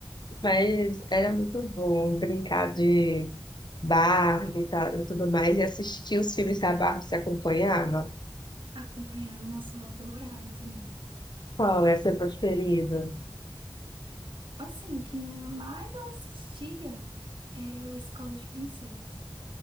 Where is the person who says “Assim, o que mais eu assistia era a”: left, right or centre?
Right